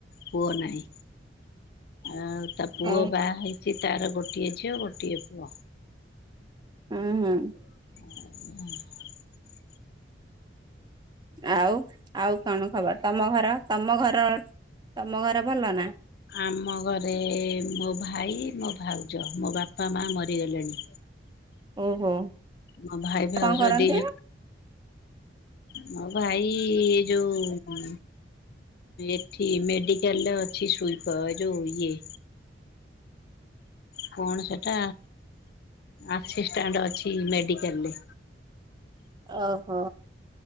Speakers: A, on the left (about 60°); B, on the right (about 25°).
A: ପୁଅ। ନାହିଁ ଆଉ ତା। ପୁଅ
B: ହଉ
A: ବାହା ହେଇଛି, ତାର ଗୋଟିଏ ଝିଅ ଗୋଟିଏ ପୁଅ।
B: ଉଁ ହୁଁ।
A: <inaudible>
B: ଆଉ ଆଉ କଣ ଖବର ତମ ଘର ତମ ଘର ତମ ଘର ଭଲ ନା?
A: ଆମ ଘରେ ମୋ ଭାଇ ମୋ ଭାଉଜ ମୋ ବାପା ମା ମରିଗଲେଣି।
B: ଓହୋ।
A: ମୋ ଭାଇ ଭାଉଜ
B: କଣ କରନ୍ତି
A: ଦି ଜ ମୋ ଭାଇ ଯୋଉ ଏଠି ମେଡିକାଲ ଅଛି ସୁଇପ ଯୋଉ ଇଏ କଣ ସେଟା ଆସିଷ୍ଟାଣ୍ଟ ଅଛି ମେଡିକାଲରେ।
B: ଓହୋ।